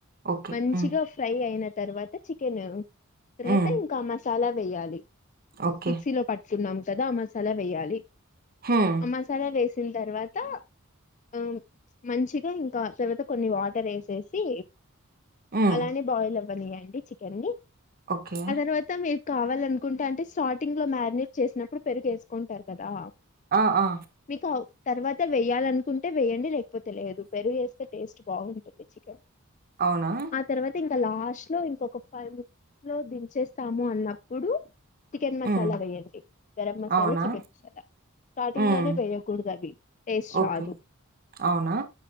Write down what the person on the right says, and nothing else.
ఓకే.
హ్మ్.
హ్మ్.
ఓకే.
హమ్ హా
హ్మ్.
ఓకే.
ఆ ఆ
అవునా
హ్మ్.
అవునా?
హ్మ్.
ఓకే.
అవునా